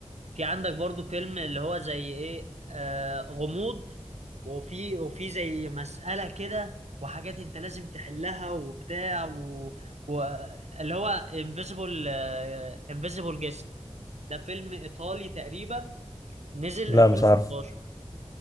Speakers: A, on the right; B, on the left.
A: في عندك برضو فيلم اللي هو زي إيه آه غموض وفي وفي زي مسألة كده وحاجات انت لازم تحلها وبتاع و... و... اللي هو انفيزيبل انفيزيبل جيست ده فيلم ايطالي تقريبا نزل
B: لا
A: 2016
B: مش عارف